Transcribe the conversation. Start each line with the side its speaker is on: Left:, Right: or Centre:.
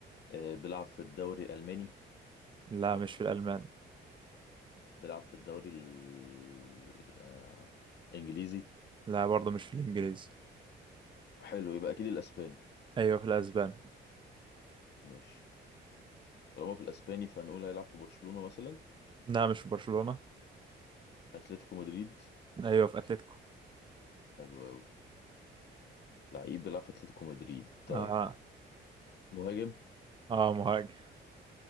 Left: آه... بيلعب في الدوري الالماني
Right: لا مش في الالمان
Left: بيلعب في الدوري ال... آه... الانجليزي
Right: لا برضه مش في الانجليزي
Left: حلو يبقى اكيد الاسباني
Right: ايوه في الاسبان
Left: ماشي طالما في الاسباني فهنقول هيلعب في برشلونه مثلا
Right: لا مش في برشلونة
Left: اتلتيكو مدريد
Right: ايوه في اتلتيكو
Left: حلو أوي لعيب بيلعب في أتلتيكو مدريد طيب
Right: اه
Left: مهاجم
Right: اه مهاجم